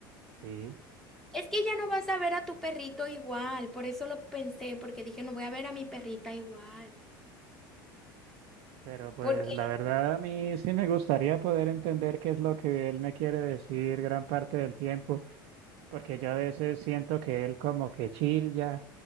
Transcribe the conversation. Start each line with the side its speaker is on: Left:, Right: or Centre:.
Right: sí.
Centre: Es que ya no vas a ver a tu perrito igual, por eso lo pensé, porque dije, no voy a ver a mi perrita igual,
Right: Pero pues
Centre: porque,
Right: la verdad a mí sí me gustaría poder entender qué es lo que él me quiere decir gran parte del tiempo. porque yo a veces siento que él como que chilla,